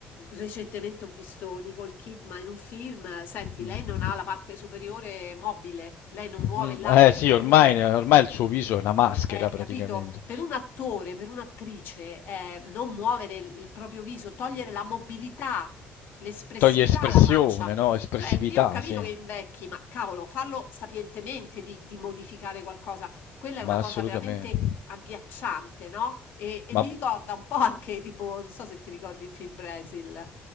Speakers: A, on the left; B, on the left.
A: Recentemente ho visto Nicole Kidman in un film. Senti,
B: Mm.
A: lei non ha la parte superiore mobile, lei non muove
B: Mm,
A: il labbro
B: Eh
A: superiore.
B: sì, ormai, ormai il suo viso
A: Eh,
B: è una maschera
A: eh,
B: praticamente.
A: capito? Per un attore, per un'attrice, eh, non muovere il proprio viso, togliere la mobilità, l'espressività
B: Toglie espressione,
A: alla faccia.
B: no? Espressività,
A: Cioè, io ho capito
B: sì.
A: che invecchi, ma cavolo, farlo sapientemente di, di modificare qualcosa. Quella è
B: Ma
A: una cosa
B: assolutamente.
A: veramente agghiacciante, no? E, e
B: Ma
A: mi ricorda un po' anche tipo, non so se ti ricordi il film Brasil.